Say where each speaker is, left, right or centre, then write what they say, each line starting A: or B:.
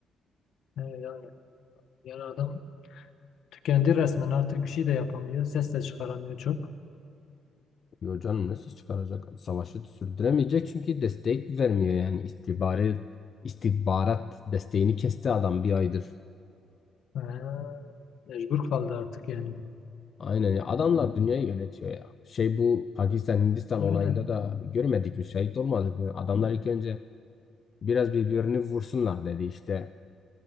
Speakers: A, on the left; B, on the left.
A: E yani yani adam tükendi resmen artık bir şey de yapamıyor. Ses de çıkaramıyor çok.
B: Yo canım nasıl çıkaracak? Savaşı sürdüremeyecek çünkü destek vermiyor yani istihbarat, istihbarat desteğini kesti adam bir aydır.
A: E, mecbur kaldı artık yani.
B: Aynen ya. adamlar dünyayı yönetiyor ya. Şey bu Pakistan Hindistan
A: Öyle.
B: olayında da görmedik mi? Şahit olmadık mı? Adamlar ilk önce biraz birbirini vursunlar dedi işte.